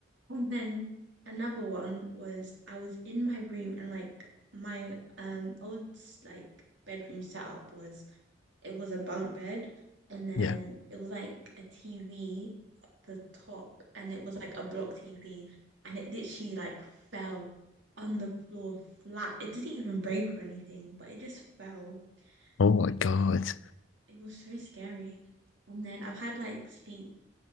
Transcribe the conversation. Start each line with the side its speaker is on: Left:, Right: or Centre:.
Right: And then another one was I was in my room and like my um old like bedroom setup was it was a bunk bed, and then
Left: Yeah.
Right: it was like a TV at the top, and it was like a block TV, and it literally like fell on the floor flat. It didn't even break or anything, but it just fell.
Left: Oh my God.
Right: Like it was so scary. And then I've had like sleep